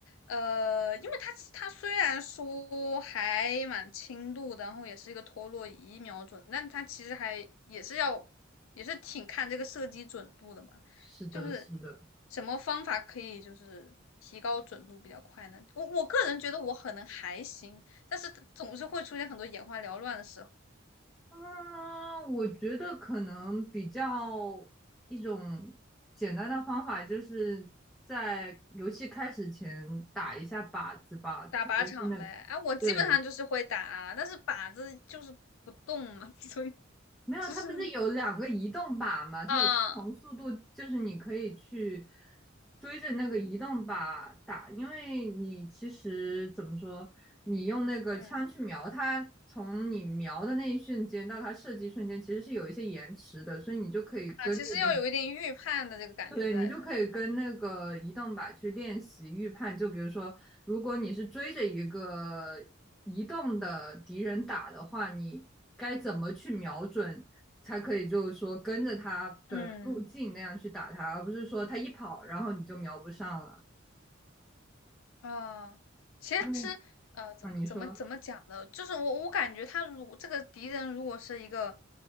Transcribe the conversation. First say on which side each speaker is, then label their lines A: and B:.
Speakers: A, on the left (about 80°); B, in the centre.
A: 呃，因为他他虽然说还蛮轻度的，然后也是一个陀螺仪瞄准，但他其实还也是要也是挺看这个射击准度的嘛。
B: 是的，
A: 就是
B: 是的。
A: 什么方法可以就是提高准度比较快呢？我我个人觉得我可能还行，但是总是会出现很多眼花缭乱的时候。
B: 嗯，我觉得可能比较一种简单的方法，就是在游戏开始前打一下靶子吧，
A: 打靶场呗，
B: 特别是那个对。
A: 哎、我基本上就是会打，但是靶子就是不动嘛，<laughs> 所以
B: 没有，
A: 就是。
B: 它不是有两个移动靶吗？它有不同速度，
A: 嗯
B: 就是你可以去追着那个移动靶打，因为你其实怎么说，你用那个枪去瞄它，
A: 嗯
B: 从你瞄的那一瞬间到它射击瞬间，其实是有一些延迟的，所以你就可以跟着那
A: 啊，其实要有一点预判的这个感觉在，
B: 对，你就可以跟那个移动靶去练习预判。
A: 是吧？
B: 就比如说，如果你是追着一个移动的敌人打的话，你该怎么去瞄准，才可以就是说跟着他的路径那样去打他，
A: 嗯。
B: 而不是说他一跑，然后你就瞄不上了。
A: 啊，其实，
B: 嗯，
A: 呃，怎怎么怎么讲呢？
B: 啊，你说，
A: 就是我我感觉他如这个敌人如果是一个，